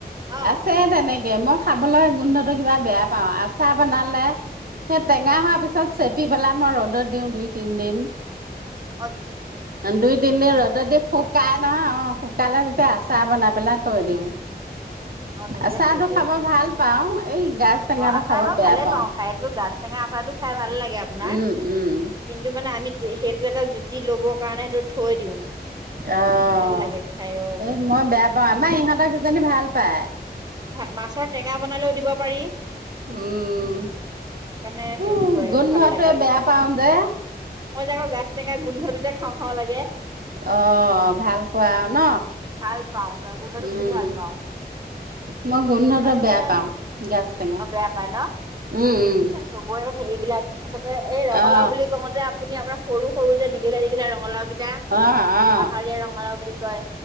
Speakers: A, on the right; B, on the right.
A: অ
B: আছে তেনেকে কে মই খাবলৈ গোন্ধটো কিবা বেয়া পাওঁ আচাৰ বনালে। সেই টেঙা
A: অ
B: হোৱাৰ পিছত চে পি পেলাই মই ৰ'দত দিওঁ দুই তিনিদিন।
A: অ
B: দুই তিনদিন ৰ'দত দি খুব তাত অ', অ' শুকালে তেতিয়া আচাৰ বনাই পেলাই থৈ দিওঁ।
A: অ তেনেকে
B: আচাৰটো
A: থৈ দিয়ে
B: খাব ভাল পাওঁ, এই গাজ টেঙাটো
A: অ আচাৰ
B: খাব
A: বাৰু
B: বেয়া
A: ভালে
B: পাওঁ।
A: খাই এইটো গাজ টেঙা আচাৰ টো খাই ভাল লাগে আপোনাৰ
B: উম উম
A: কিন্তু মানে আমি সেইটো এটা জুতি ল'বৰ কাৰণে সেইটো থৈ দিওঁ
B: অ'
A: ভাল লাগে খাই অ
B: সেই মই বেয়া পাওঁ, আমাৰ ইহঁতৰ কেইজনী ভাল পায়।
A: হয়, মাছৰ টেঙা বনালেও দিব পাৰি
B: উম,
A: সেইকাৰণে হেৰি
B: উম
A: কৰে
B: গোন্ধটোৱে
A: ভাল লাগে
B: বেয়া পাওঁ যে?
A: মই যে আকৌ গাজ টেঙা গোন্ধটোতে খাওঁ খাওঁ লাগে।
B: অ' ভাল পোৱা ন
A: ভাল পাওঁ, গা গোন্ধটো
B: উম
A: খুব ভাল পাওঁ,
B: মই গোন্ধটো
A: তাৰপাছতে
B: বেয়া পাওঁ গাজ টেঙা
A: অ' বেয়া পাই ন?
B: উম উম
A: চবৰে হেৰিবিলাক আচলতে এই ৰঙালাও
B: অ
A: বুলি কওঁতে আপুনি আমাৰ সৰু সৰু যে দীঘিলা দীঘিলা ৰঙলাও কি তা,
B: অ অ
A: পাহাৰীয়া ৰঙালাও বুলি কয়